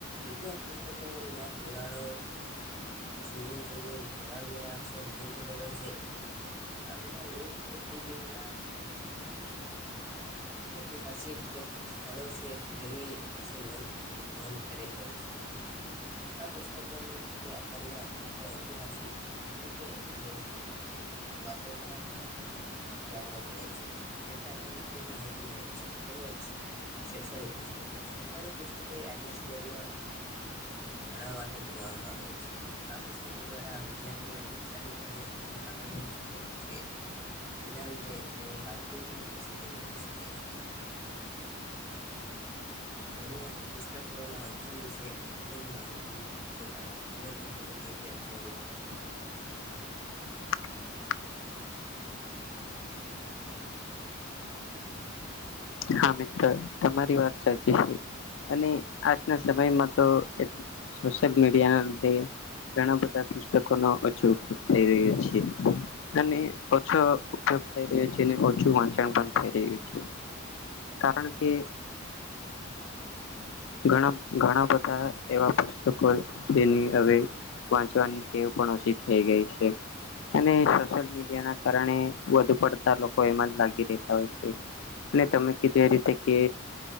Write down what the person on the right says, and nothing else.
ઈતિહાસ પુસ્તકોમાં પુરાણો જુનુ જુનું ધોળાવીરા છે મોહેંજો દડો છે આ બધાં લુપ્ત થઈ ગેલા ઐતિહાસિક સ્થળો છે. જેની વિશે નોંધ નોંધ કરેલ હોય છે. આ પુસ્તકો આપણને આપ ઐતિહાસિક એટલે કે <unintelligible> વાતો પણ આપણને જાણવા મળે છે. જેથી આપણને ખૂબ માહિતી મળે છે. તેમજ શૈક્ષણિક પુસ્તકો, શૈક્ષણિક પુસ્તકે આજના સમયમાં ભણવા માટે ભણવામાં આવે છે આ પુસ્તકો દ્વારા વિદ્યાર્થીઓ ખુબ સારી રીતે ભણી શકે ને આગળ વધી શકે છે. તેના લીધે તે કારકિર્દી અને સિદ્ધિ મેળવી શકે. છે મને પુસ્તકો ના વાંચન વિશે એટલી જ માહિતી હતી મારા પર તમે પણ થોડી ઘણી માહિતી આપશો મિત્ર?